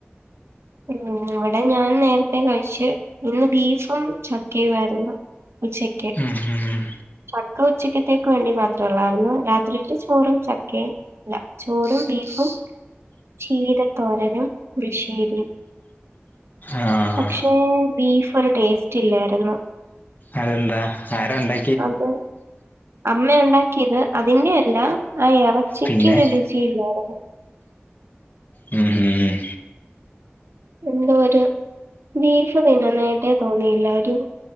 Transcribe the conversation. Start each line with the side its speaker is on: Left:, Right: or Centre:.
Right: ഉം ഇവിടെ ഞാൻ നേരത്തെ കഴിച്ചു ഇന്ന് ബീഫും ചക്കയുമായിരുന്നു ഉച്ചക്ക്
Left: ഉം ഉം
Right: മക്കൾ ഉച്ചക്കത്തേക്ക് വേണ്ടി മാത്ര ഉള്ളായിരുന്നു രാത് രാത്രിക്കാക്ക് ചോറും ചക്കയും അല്ല ചോറും ബീഫും ചീരത്തോരനും പുളിഷേരിം
Left: ആഹ്
Right: പക്ഷെ ബീഫ് ഒരു ടേസ്റ്റ് ഇല്ലായിരുന്നു
Left: അതെന്താ ആരാണ്ടാ
Right: അതെ അമ്മ ഉണ്ടാക്കിയത് അതിന്റെ അല്ല ആ എറച്ചിക്ക്
Left: പിന്നെ
Right: ഒരു രുചിയില്ലായിരുന്നു
Left: ഉം ഉം
Right: എന്തോ ഒരു ബീഫ് തിന്നുന്നാതായിട്ടേ തോന്നിയില്ല ഒരു